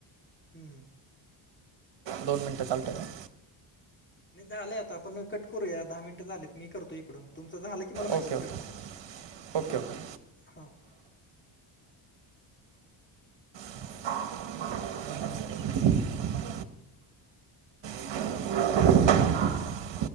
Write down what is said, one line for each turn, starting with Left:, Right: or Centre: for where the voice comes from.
Left: हम्म.
Right: दोन मिनिटं चालतय का.
Left: नाही झालंय आता आपण कट करूया दहा मिनिटं झालेत मी करतो इकडून तुमचं झालं की मला
Right: ओके
Left: मैसेज
Right: ओके
Left: करा.
Right: ओके ओे
Left: हां
Right: <inaudible> <inaudible>